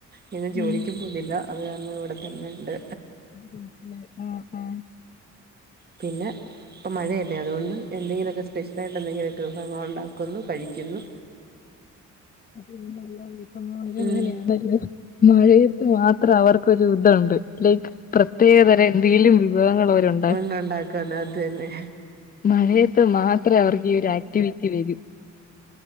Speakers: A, on the right; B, on the left.
A: പിന്നെ ജോലിക്കും..
B: ഉം
A: പോകുന്നില്ല അത് കാരണം ഇവിടെ തന്നെ ഉണ്ട്..
B: ഉം ഉം ഉം ഉം..
A: പിന്നെ ഇപ്പം മഴയല്ലേ അത്കൊണ്ട് എന്തെങ്കിലൊക്കെ സ്പെഷ്യലായിട്ട് എന്തെങ്കിലൊക്കെ ഒണ്ടാക്കുന്നു കഴ്‌ക്കുന്നു.
B: <unintelligible> അങ്ങെനെയാണല്ലോ
A: ഉം
B: മഴയെത് മാത്രം അവർക്കൊരു ഇതുണ്ട് ലൈക് പ്രത്യേകതെരം എന്തെങ്കിലും വിഭവങ്ങൾ അവരുണ്
A: <unintelligible> ഒണ്ടാക്കാന് അത്ന്നെ.
B: മഴയെത്ത് മാത്രേ അവർക്ക് ഈ ഒര് ആക്റ്റിവിറ്റി വെരു.